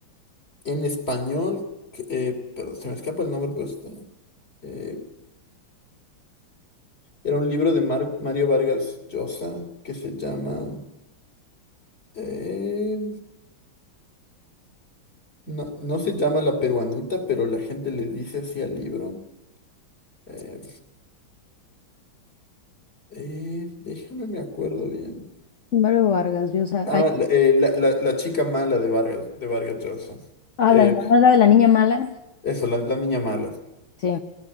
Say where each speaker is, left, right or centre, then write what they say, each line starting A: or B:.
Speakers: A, on the left; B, on the left.
A: en español, que, eh, pero se me escapa el nombre, pero está... eh, era un libro de Mar- Mario Vargas Llosa que se llama... eh, no, no se llama La Peruanita, pero la gente le dice así al libro. eh, Eh, déjame, me acuerdo bien.
B: Álvaro Vargas Llosa.
A: Ah,
B: Ay,
A: la, eh, la- la- la chica mala de Vargas, de Vargas Llosa.
B: ah,
A: Eh,
B: la hermana la de la niña mala.
A: eso, la, la niña mala.
B: Sí,